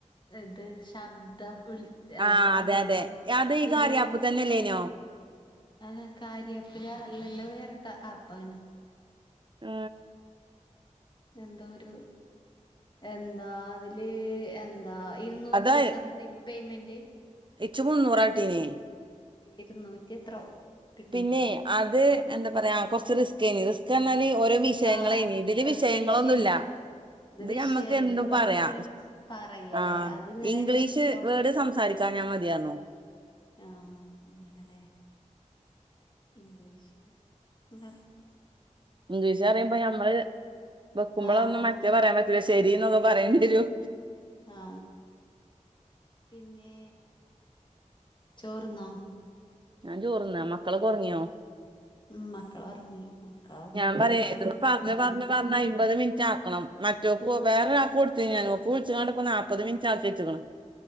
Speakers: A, on the left; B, on the right.
A: ഇദ് ശബ്ദം വിൾച്ച അല്ല
B: ആഹ്
A: ഫോം
B: അതെ
A: വിൾച്ച
B: അതെ അത് ഈ
A: ഇര്ന്നു
B: കാര്യാപ്പ് തന്നെല്ലേനോ
A: അ കാര്യാപ്പിലാ അല്ലല്ലോ ഏറെ ട്ടആപ്പേനു
B: ആ
A: എന്താ ഒരു എന്താ അതില് എ ന്താ ഇരുന്നൂറ്റി
B: അതാ
A: സംതിങ്ങ് പേയ്മെന്റ്
B: ഇച്ച് മുന്നൂറാക്ട്ടീനേയ്
A: ഇര്ന്നൂറ്റി എത്രോ കിട്ടീന്
B: പിന്നേ അത് എന്തപറയാ പ്പൊ ച്ച് റിസ്‌കെയ്നു റിസ്കപറഞ്ഞാല് ഓരോ വിഷയങ്ങളെയ്നീ.
A: ആഹ്
B: ഇതില്
A: അത്
B: വിഷയങ്ങളൊന്നുല്ല.
A: വിഷയങ്ങള്
B: ഇത്
A: വിഷയല്ല
B: ഞമ്മക്ക് എന്തും
A: ഇതില് വെറും
B: പറയാ.
A: വിളിച്ച് പറയല്ലേ
B: ആഹ്
A: അതിങ്ങനെ
B: ഇംഗ്ലീഷ്
A: ഒരു
B: വേഡ് സംസാരിക്കാഞ്ഞാ മതിപറഞ്ഞു.
A: ആഹ് അങ്ങനല്ലേ ഇംഗ്ലീഷ് പറയുമ്പോൾ
B: ഇംഗ്ലീഷ് പറയുമ്പോ നമ്മള് വെക്കുമ്പോളൊന്നും
A: ആഹ് മനസ്സിലായി
B: മറ്റേത് പറയാൻ പറ്റൂല. ശെരി ന്നൊക്കെ പറേണ്ടെരും.
A: ആ പിന്നേ ചോറ്ന്നോ?
B: ഞാചോറ്ന്നാ മക്കളൊക്കൊർങ്യോ?
A: ഇം മക്കളൊർങ്ങി മക്കളൊർങ്ങീറ്റ്
B: ഞാൻ പറയേ
A: ങ്ങനെ
B: ഇതിപ്പോ പറഞ്ഞ്
A: ഒച്ചം
B: പറഞ്ഞ്
A: വിളീം
B: പറഞ്ഞ് അയ്മ്പത് മിനിറ്റ് ആക്കണം മറ്റൊക്ക് വേറൊരാക്ക് കൊട്തീനുഞാം ഓക്ക് വിളിച്ച്ങ്ങാണ്ട്പ്പോ നാല്പ്പത് മിൻറ്റാക്കിവെച്ച്ക്ക്ണ്.